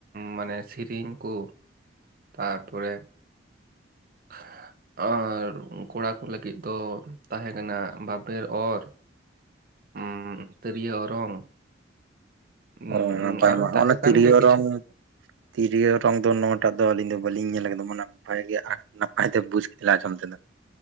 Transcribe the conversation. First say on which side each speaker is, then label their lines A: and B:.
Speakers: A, on the right; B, on the right.
A: ᱢᱟᱱᱮ ᱥᱮᱨᱮᱧ ᱠᱚ, ᱛᱟᱨ ᱯᱚᱨᱮ <unintelligible> ᱟᱨ ᱠᱚᱲᱟ ᱠᱚ ᱞᱟᱹᱜᱤᱫ ᱫᱚ ᱛᱟᱦᱮᱸ ᱠᱟᱱᱟ ᱵᱟᱵᱮᱨ ᱚᱨ ᱩᱸ ᱛᱤᱨᱭᱳ ᱚᱨᱚᱝ ᱩᱢ,
B: ᱚ ᱱᱟᱯᱟᱭ
A: ᱟᱨᱚ
B: ᱢᱟ
A: ᱛᱟᱦᱮᱸ
B: ᱦᱚᱸᱜ ᱱᱟ
A: ᱠᱟᱱ
B: ᱛᱤᱨᱭᱚ
A: ᱜᱮᱭᱟ ᱠᱤᱪᱷᱩ
B: ᱚᱨᱚᱝ ᱛᱤᱨᱭᱳ ᱚᱨᱚᱝ ᱫᱚ ᱱᱚᱣᱟ ᱴᱟᱜ ᱫᱚ ᱟᱹᱞᱤᱧ ᱫᱚ ᱵᱟᱞᱤᱧ ᱧᱮᱞ ᱠᱟᱫᱟ, ᱢᱟᱱᱮ ᱱᱟᱯᱟᱭ ᱜᱮ ᱱᱟᱯᱟᱭ ᱛᱮ ᱵᱩᱡ ᱠᱟᱛᱮ ᱞᱤᱧ ᱟᱸᱡᱚᱢ ᱠᱮᱫᱟ᱾